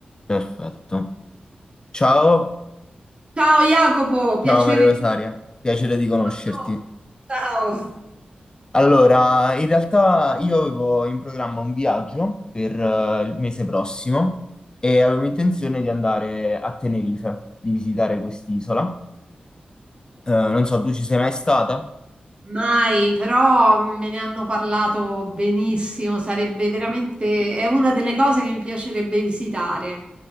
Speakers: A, on the left; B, on the right.
A: Perfetto. Ciao,
B: Ciao Jacopo, piacere
A: ciao Maria Rosaria,
B: di
A: piacere di conoscerti.
B: Buongiorno. Ciao.
A: Allora, in realtà io avevo in programma un viaggio per eh, il mese prossimo e avevo intenzione di andare a Tenerife, di visitare quest'isola. Eh, non so, tu ci sei mai stata?
B: Mai, però me ne hanno parlato benissimo, sarebbe veramente, è una delle cose che mi piacerebbe visitare.